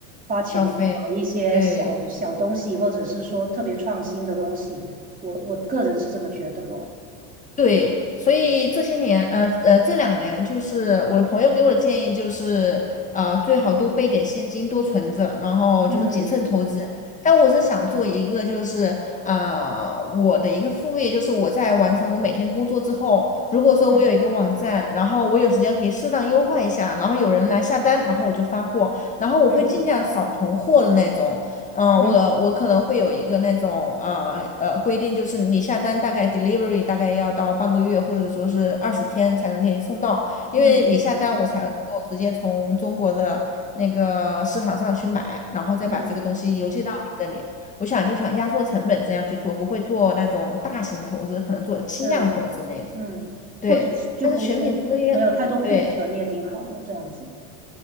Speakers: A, on the right (about 20°); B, on the left (about 15°).
A: 花钱去买一些小小东西，
B: 消费，对。
A: 或者是说特别创新的东西，我我个人是这么觉得咯。
B: 对，所以这些年，呃呃，这两年就是我的朋友给我的建议就是，呃，最好多备点现金，多存着，然后就是谨慎投资。
A: 嗯
B: 但我是想做一个，就是呃，我的一个副业，就是我在完成我每天工作之后，如果说我有一个网站，
A: 嗯
B: 然后我有时间可以适当优化一下，然后有人来下单，
A: 嗯
B: 然后我就发货，然后我会尽量少囤货的那种，
A: 嗯
B: 嗯，
A: 嗯。
B: 我我可能会有一个那种呃呃规定，就是你下单大概 delivery 大概要到半个月或者说是二十天才能给你送到，因为你下单我才能够直接从中国的那个市场上去买，
A: 嗯
B: 然后再把这个东西邮寄到你这里。
A: 嗯，
B: 我想就想压缩成本这样去做，不会做那种大型的投资，可能做轻量投资那种。
A: 对，嗯，
B: 对，
A: 或者是就不不没有太多库存也挺好的，
B: 但是选品这个东西，对。
A: 这样子。